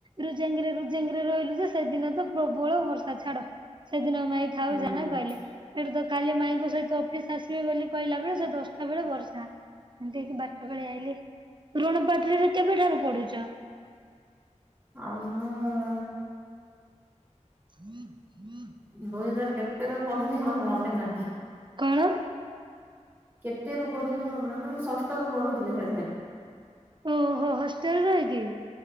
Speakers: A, on the right; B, on the right.
A: ରୁଜାଙ୍ଗିରେ ରୁଜାଙ୍ଗିରେ ରହିଲୁ ଯେ ସେଦିନ ତ ପ୍ରବଳ ବର୍ଷା ଛାଡ ସେଦିନ ଆମ ଆଇ ଥାଉ
B: ହୁଁ
A: ଜାନ କହିଲେ। ଏଥିତ କାଲି ମାଇଙ୍କ ସହିତ ଅଫିସ ଆସିବି ବୋଲି କହିଲା ବେଳେ ସେ ଦଶଟା ବେଳେ ବର୍ଷା। ଏମିତି କି ବାରଟା ବେଳେ ଆଇଲେ ଋଣ ପାଟ୍ରିରେ କେବେଠାରୁ ପଡୁଛ?
B: ଅ ମୁଁ
A: ହୁଁ ହୁଁ <unintelligible>
B: ଦୁଇ ହଜାର କେତେ ର ପଡ଼ିଲି ମୋର ମନେ ନାହିଁ?
A: କଣ?
B: କେତେ ରୁ ପଢିଲେ ମୋର ମୋର <unintelligible> ମୁଁ ଷଷ୍ଠ ରରୁ ପଢୁଥିଲି ସେଠେ।
A: ଓହୋ! ହଷ୍ଟେଲ ରହିକିି।